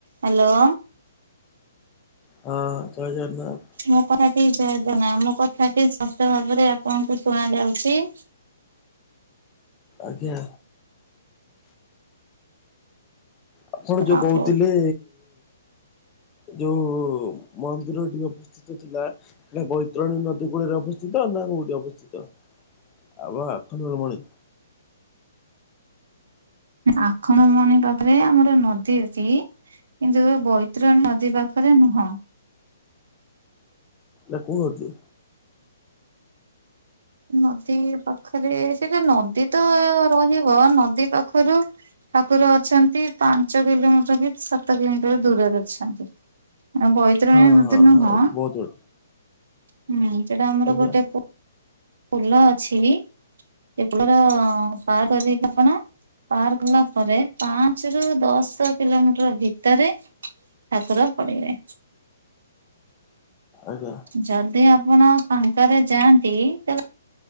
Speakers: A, on the right; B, on the left.
A: Hello.
B: ହଁ ଜୟ ଜଗନ୍ନାଥ।
A: ମୋ କଥାଟି ଜୟଦନା ମୋ କଥାଟି ସ୍ପଷ୍ଟ ଭାବରେ ଆପଣଙ୍କୁ ଶୁଣ ଯାଉଛି।
B: ଆଜ୍ଞା। ଆପଣ ଯୋଉ
A: ଆହୋ
B: କହୁଥିଲେ ଯୋଉ ମନ୍ଦିର ଟିକେ ଅ ଉପସ୍ଥିତ ଥିଲା। ହେ ବୈତରଣୀ ନଦୀ କୂଳରେ ଅବସ୍ଥିତ ନା କୋଉଠି ଅବସ୍ଥିତ ବାବା ଆଖଣ୍ଡଳ ମଣି।
A: ଆଖଣ୍ଡଳମଣି ପାଖରେ ଆମର ନଦୀ ଅଛି। କିନ୍ତୁ ଏ ବୈତରଣୀ ନଦୀ ପାଖରେ ନୁହଁ।
B: ନା କଣ ଅଛି?
A: ନଦୀ ପାଖରେ ସେଟା ନଦୀ ତ ରହିବ ନଦୀ ପାଖରୁ ଠାକୁର ଅଛନ୍ତି ପାଞ୍ଚ କିଲୋମିଟର କି ସାତ କିଲୋମିଟର ଦୂରରେ ଅଛନ୍ତି। ବୈତରଣୀ
B: ହଁ
A: ନଦୀ
B: ହଁ
A: ନୁହଁ
B: ହଁ
A: ହୁଁ
B: ବହୁତ ବଡ଼
A: ସେଟା ଆମର
B: ଆଜ୍ଞା।
A: ଗୋଟେ ଫୁଲ ଅଛି ସେ ଫୁଲର ସାର କରି କଣ? ପାର ଗଲା ପରେ ପାଞ୍ଚ ରୁ ଦଶ କିଲୋମିଟର ଭିତରେ ଠାକୁର ପଡିବେ।
B: ଆଜ୍ଞା।
A: ଯଦି ଆପଣ ଫାଙ୍କାରେ ଯାଆନ୍ତି ତ